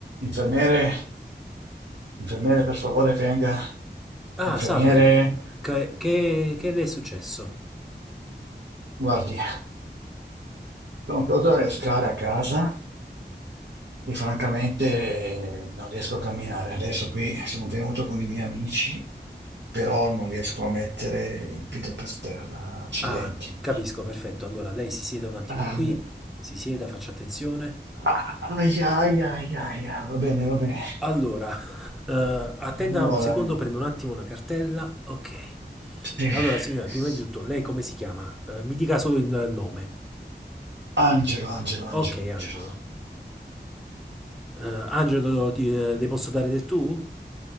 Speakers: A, on the right (about 80°); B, in the centre.
A: Infermiere, infermiere, per favore, venga.
B: Ah,
A: Infermiere,
B: salve, che, che- che- che le è successo?
A: guardi, sono caduto dalle scale a casa e francamente non riesco a camminare. Adesso qui sono venuto con i miei amici, però non riesco a mettere il piede per terra. Accidenti.
B: Ah, capisco, perfetto. Allora, lei si sieda un attimo
A: Ah,
B: qui, si sieda, faccia attenzione.
A: ah, ai, ai, ai, ai, ai, va bene, va bene.
B: Allora, <laughs> eh, attenda
A: Allora,
B: un secondo, prendo un attimo una cartella. Ok.
A: sì.
B: Allora, signora, prima di tutto, lei come si chiama? Eh, mi dica solo il nome.
A: Angelo, Angelo, Angelo,
B: Ok,
A: Angelo.
B: Angelo. Eh, Angelo, ti- eh, le posso dare del tu?